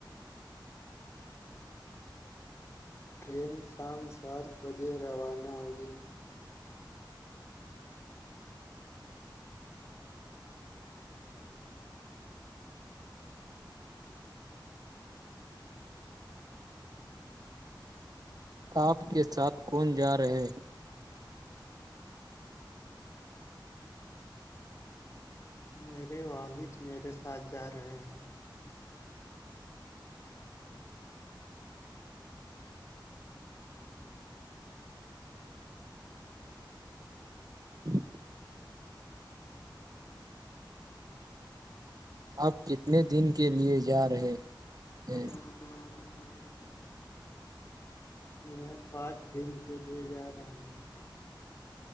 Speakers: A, on the left; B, on the right.
A: ٹرین شام سات بجے روانہ ہوگی
B: آپ کے ساتھ کون جا رہے
A: میرے والد میرے ساتھ جا رہے ہیں
B: <unintelligible> آپ کتنے دن کے لیے جا رہے ہیں
A: <unintelligible> میں پانچ دن کے لیے جا رہا ہوں